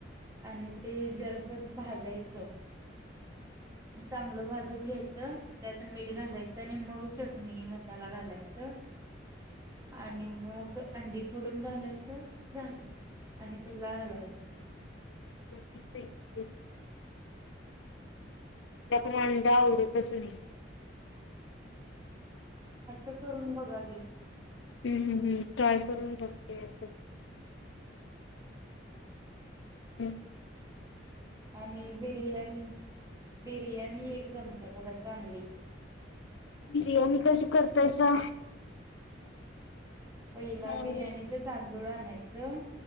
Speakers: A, on the right; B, on the left.
A: आणि ते जरस क भाजायचं. चांगलं भाजून घ्यायचं त्यात मीठ घालायचं आणि मग चटणी चटणी, मसाला घालायचं. आणि मग अंडी फोडून घालायचं. झालं आणि त्याला हलवायचं.
B: <unintelligible> त्यात म आंड आवडतच नाही.
A: अस करून बघा ते.
B: हम्म हम्म हम्म ट्राय करून बघते अस. ह्म्म.
A: आणि बिर्याणी बिर्याणी एक जमते बघा चांगली.
B: बिर्याणी कशी करतायसा?
A: पहिला
B: नॉनव्हेज.
A: बिर्याणीचं तांदूळ आणायचं